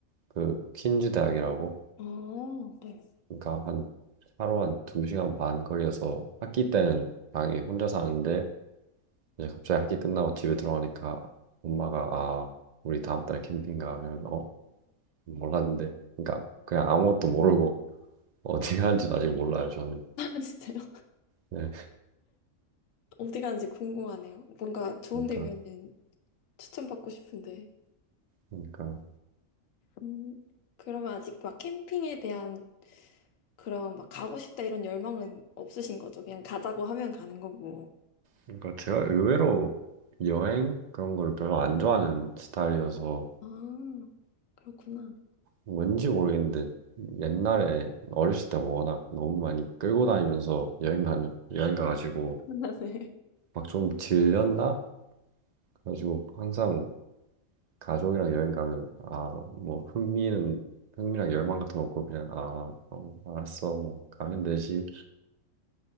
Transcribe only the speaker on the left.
아, 네.
<laughs> 아, 진짜요?
어디 가는지 궁금하네요. 뭔가 좋은
데면은 추천받고 싶은데.
음, 그러면 아직 막 캠핑에 대한 그런 막 가고 싶다 이런 열망은 없으신 거죠? 그냥 가자고 하면 가는 거고.
아, 그렇구나.
<laughs> 네.